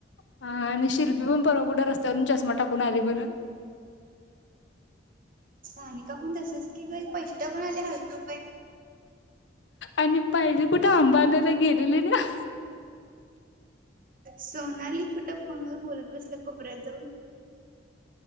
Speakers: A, on the left (about 75°); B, on the right (about 50°).
A: अ आणि शिल्पी पण परवा कुठं रस्त्यावरून चष्मा टाकून आली म्हनं.
B: सानिका पण तसाच कीगय है पैसे टाकून आले हतुबय.
A: आणि पाहिजे कुठे अंबानाला गेलेले नं,
B: सोनाली कुठं फोनवर बोलत बसल्या कोपऱ्यात जाऊन.